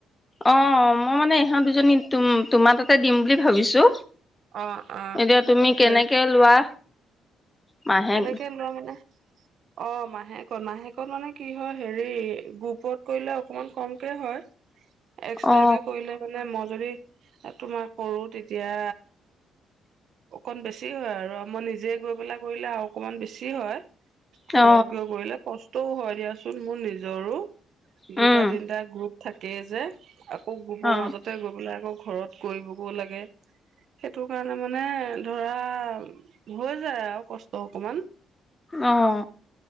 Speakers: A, on the left; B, on the right.
A: অ', মই মানে ইহঁত দুজনী তুম তোমাৰ তাতে দিম বুলি ভাবিছো।
B: অ', অ'।
A: এতিয়া তুমি
B: হেৰি
A: কেনেকে লোৱা? মাহেক
B: কেনেকে লোৱা মানে অ', মাহেক শেকত মানে কি হয় হেৰি গোপত কৰিলে অকমান কমকে হয়। এক্সট্ৰাক
A: অ
B: কে কৰিলে মানে ম যদি তোমাৰ কৰো তেতিয়া অকণ বেছি হয় আৰু মই নিজে গৈ পেলাক কৰিলে আৰু অকণমান বেছি হয়। ঘৰত
A: অ
B: গৈ কলিলে কষ্ ত' হয় দিয়াচোন মোৰ নিজৰো, দুটা
A: উম
B: তিনটা গ্ৰুপ থাকেই যে। আকৌ গোপৰ
A: অ
B: মাজতে গৈ পেলাই আকৌ ঘৰত কৰিবগৈ লাগে সেইটো কাৰণে মানে ধৰা হৈ যায় আৰু কষ্ট অকমান।
A: অহ।